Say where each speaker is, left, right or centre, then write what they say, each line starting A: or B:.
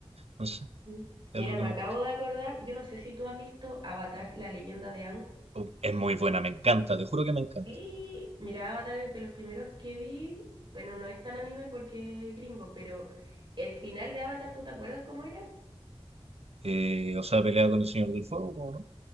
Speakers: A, on the right; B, on the right.
A: no sé,
B: Mm.
A: es
B: Mira,
A: algo
B: me
A: que me
B: acabo
A: gusta.
B: de acordar, yo no sé si tú has visto Avatar, la leyenda de Ang.
A: Uh, Es muy buena, me encanta, te juro que me encanta.
B: Sí, mira, Avatar es de los primeros que vi. Bueno, no es tan anime porque es gringo, pero el final de Avatar, ¿tú te acuerdas cómo era?
A: Eh, o sea, pelea con el Señor del Fuego, ¿cómo no?